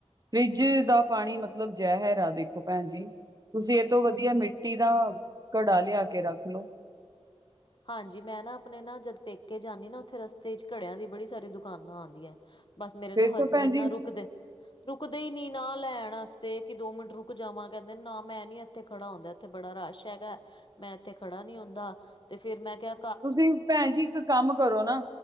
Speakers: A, on the right (about 35°); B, on the left (about 45°).
A: ਫਰਿੱਜ ਦਾ ਪਾਣੀ ਮਤਲਬ ਜੈਹਰ ਹੈ, ਦੇਖੋ ਭੈਣ ਜੀ। ਤੁਸੀਂ ਏ ਤੋਂ ਵਧੀਆ ਮਿੱਟੀ ਦਾ ਘੜਾ ਲਿਆ ਕੇ ਰੱਖ ਲੋੋ।
B: ਹਾਂਜੀ, ਮੈਂ ਨਾ ਅਪਨੇ ਨਾ ਜਦ ਪੇਕੇ ਜਾਨੀ ਨਾ, ਉੱਥੇ ਰਸਤੇ ਏਚ ਘੜੇਯਾਂ ਦੀ ਬੜੀ ਸਾਰੀ ਦੁਕਾਨਾਂ ਆਂਦੀਆਂ ਬਸ, ਮੇਰੇ
A: ਫਿਰ
B: ਨਾ
A: ਤਾਂ
B: ਹਸਬੈਂਡ
A: ਭੈਣ ਜੀ
B: ਨਾ ਰੁਕਦੇ ਰੁਕਦੇ ਈਨੀ ਨਾ ਲੈਣ ਆਸਤੇ, ਕਿ ਦੋ ਮਿੰਟ ਰੁਕ ਜਾਵਾਂ ਕੈਂਦੇ ਨਾ ਮੈਂ ਨੀ ਏਥੇ ਖੜਾ ਹੋਂਦਾ, ਏਥੇ ਬੜਾ ਰਸ਼ ਹੈਗਾ, ਮੈਂ ਏਥੇ ਖੜਾ ਨੀ ਹੁੰਦਾ, ਤੇ ਫੇਰ ਮੈਂ ਕੇਯਾ
A: ਤੁਸੀਂ ਭੈਣ ਜੀ, ਇੱਕ ਕੰਮ ਕਰੋ ਨਾ,